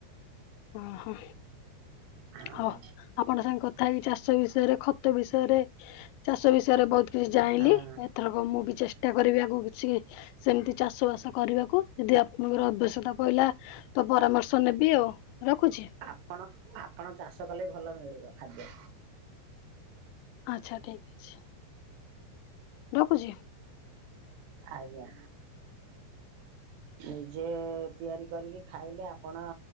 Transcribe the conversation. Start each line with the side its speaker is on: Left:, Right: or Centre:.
Left: ଓହୋ
Right: ହଁ
Left: ହଉ ଆପ୍ ଆପଣ ସାଙ୍ଗେ କଥା ହେଇକି ଚାଷ ବିଷୟରେ ଖତ ବିଷୟରେ ଚାଷ ବିଷୟରେ ବହୁତ କିଛି ଜାଣିଲି
Right: ହଁ
Left: ଏଥର ଆ ମୁଁ ବି ଚେଷ୍ଟା କରିବି ଆଗକୁ କିଛି ସେମିତି ଚାଷ ବାସ କରିବାକୁ ଯଦି ଆପଣଙ୍କର ଆବଶ୍ୟକତା ପଇଲା ତ ପରାମର୍ଶ ନେବି ଆଉ ରଖୁଛି।
Right: ଆପଣ ଆପଣ ଚାଷ କଲେ ଭଲ ମିଳିବ ଖାଦ୍ୟ।
Left: ଆଚ୍ଛା ଠିକ୍ ଅଛି। ରଖୁଛି?
Right: ଆଜ୍ଞା। ନିଜେ ତିଆରି କରିକି ଖାଇଲେ ଆପଣ